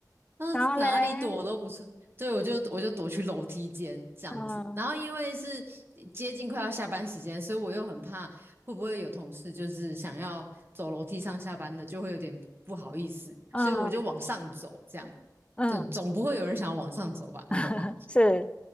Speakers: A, on the right (about 30°); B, on the left (about 15°).
A: 那哪里躲都不是，
B: 然后嘞，
A: 对，我就我就躲去楼梯间这样子。
B: 嗯
A: 然后因为是接近快要下班时间，所以我又很怕会不会有同事就是想要走楼梯上下班的，就会有点不好意思，
B: 嗯
A: 所以我就往上走，这样，
B: 嗯，
A: 这总不会有人想要往上走吧？你懂吗？
B: <laughs> 是，